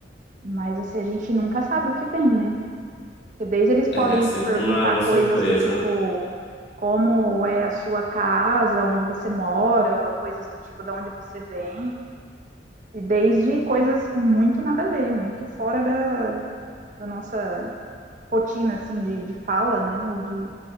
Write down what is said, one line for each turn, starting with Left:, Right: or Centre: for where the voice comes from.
Right: Mas assim, a gente nunca sabe o que vem, né? Porque desde eles podem
Left: É, sempre
Right: te perguntar
Left: uma, uma
Right: coisas
Left: surpresa.
Right: do tipo como é a sua casa, onde você mora, ou coisas do tipo de onde você vem, e desde coisas muito nada a ver, muito fora da, da nossa rotina assim de, de fala, né? Ou de,